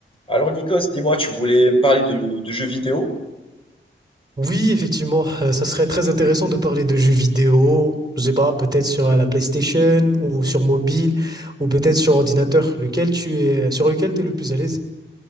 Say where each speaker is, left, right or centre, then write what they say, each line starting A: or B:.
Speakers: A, on the left; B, on the right.
A: Alors Nikos, dis-moi, tu voulais me parler de, de jeux vidéo?
B: Oui, effectivement, euh, ça serait très intéressant de parler de jeux vidéo, je sais pas, peut-être sur euh, la PlayStation ou sur mobile ou peut-être sur ordinateur, lequel tu es, sur lequel tu es le plus à l'aise.